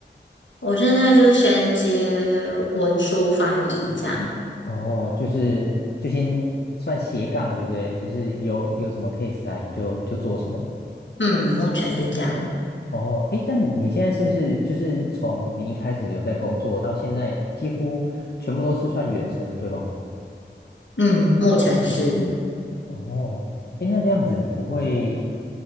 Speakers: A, on the left (about 80°); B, on the left (about 60°).
A: 我现在就先接文书翻译这样，
B: 哦，就是就先算斜杠，对不对？就是有有什么 case 来，你就就做什么。
A: 嗯，目前是这样，
B: 哦，哎，但你现在是不是就是从你一开始有在工作到现在，几乎全部都是算远程，对吗？
A: 嗯，目前是，
B: 哦，哎，那这样子你不会